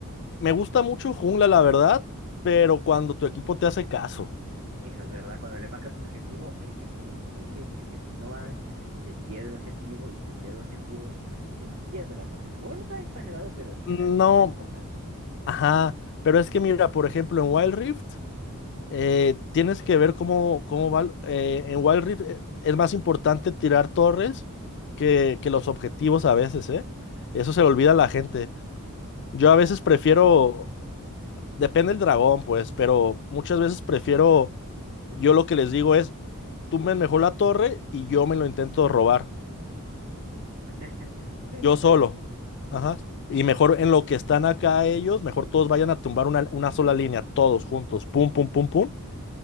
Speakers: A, on the left (about 50°); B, on the right (about 85°).
A: Me gusta mucho jungla, la verdad, pero cuando tu equipo te hace caso.
B: Eso es verdad. Cuando le marcas el objetivo, es que tienen que ir, porque si no van, se pierde el objetivo, y si se pierde el objetivo, se pierde la partida. Bueno, no tan exagerado, pero es que
A: No,
B: realmente son importantes.
A: ajá. Pero es que mira, por ejemplo, en Wild Rift. eh, tienes que ver cómo, cómo va. eh, en Wild Rift eh, es más importante tirar torres que, que los objetivos a veces, ¿eh? Eso se le olvida a la gente. Yo a
B: Claro.
A: veces prefiero, depende del dragón, pues, pero muchas veces prefiero, yo lo que les digo es, tumben mejor la torre y yo me lo intento robar,
B: <laughs> Sí,
A: yo
B: está
A: solo.
B: bien.
A: Ajá. Y mejor en lo que están acá ellos, mejor todos vayan a tumbar una, una sola línea, todos juntos, pum, pum, pum, pum.